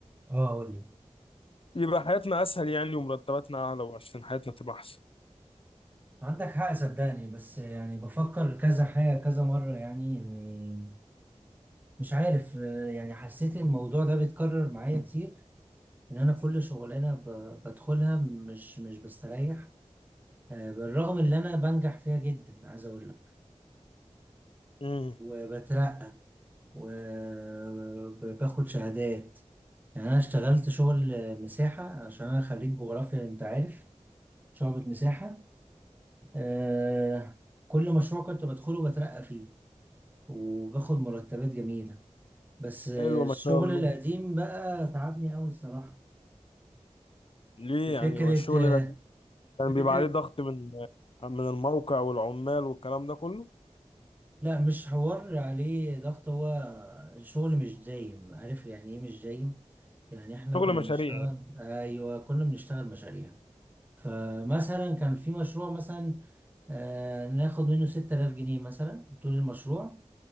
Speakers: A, on the right (about 15°); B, on the left (about 50°).
A: اه اقول لك
B: يبقى حياتنا أسهل يعني ومرتباتنا أعلى وعشان حياتنا تبقى أحسن
A: عندك حق صدقني بس يعني بفكر كذا حاجة كذا مرة يعني اني مش عارف آه، يعني حسيت الموضوع ده بيتكرر معايا كتير ان انا كل شغلانة ب... بدخلها مش مش بستريح آه، بالرغم ان انا بنجح فيها جدا عايز اقول لك
B: امم
A: وبترقى وباخد شهادات يعني انا اشتغلت شغل آه، مساحه عشان انا خريج جغرافيا انت عارف شعبة مساحه آه كل مشروع كنت بدخله بترقى فيه وباخد مرتبات جميله بس آه،
B: حلوة
A: الشغل
B: ما شاء الله
A: القديم بقى تعبني قوي الصراحه
B: ليه
A: بفكره
B: يعني والشغل
A: آه،
B: كان
A: بفكره
B: بيبقى عليه ضغط من من الموقع والعمال والكلام ده كله
A: لا مش حوار عليه ضغط هو شغل مش دايم عارف يعني ايه مش دايم يعني احنا
B: شغل
A: كنا
B: مشاريع
A: بنشتغل
B: يعني
A: ايوه كنا بنشتغل مشاريع فمثلا كان في مشروع مثلا آه، ناخد منه 6000 جنيه مثلا طول المشروع